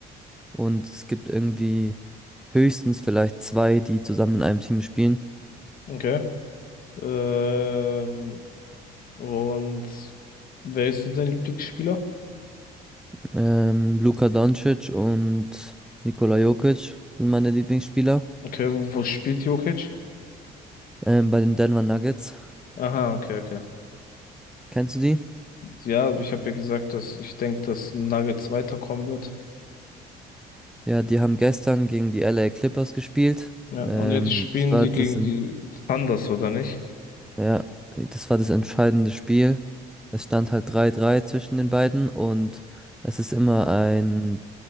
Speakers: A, in the centre; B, on the left (about 55°).
A: und es gibt irgendwie höchstens vielleicht zwei, die zusammen in einem Team spielen.
B: okay. Ähm, und wer ist so dein Lieblingsspieler?
A: Ähm, Luka Doncic und Nikola Jokic sind meine Lieblingsspieler,
B: Okay, wo spielt Jokic?
A: ähm, bei den Denver Nuggets.
B: Aha, okay, okay.
A: Kennst du die?
B: Ja, ich habe ja gesagt, dass ich denke, dass Nuggets weiterkommen wird.
A: Ja, die haben gestern gegen die LA Clippers gespielt.
B: Ja,
A: Ähm,
B: und Okay. jetzt spielen
A: das war
B: die
A: das,
B: gegen
A: en-
B: die Thunders, oder nicht?
A: ja, das war das entscheidende Spiel. Es stand halt drei drei zwischen den beiden und es ist immer ein